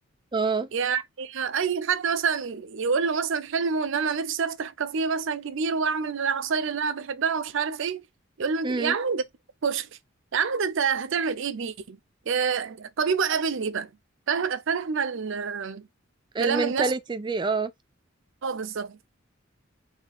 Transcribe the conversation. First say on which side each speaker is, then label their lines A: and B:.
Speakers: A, on the right; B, on the right.
A: اه
B: يعني اي حد مثلا يقول له مثلا حلمه ان انا نفسي افتح كافيه مثلا كبير واعمل العصاير اللي انا بحبها ومش عارف ايه يقول له
A: امم
B: يا عم ده كشك يا عم ده انت هتعمل ايه بيه يا- طبيبه قابلني بقى فاهم- فاهمه ال-
A: المينتاليتي
B: كلام الناس
A: دي اه
B: اه بالظبط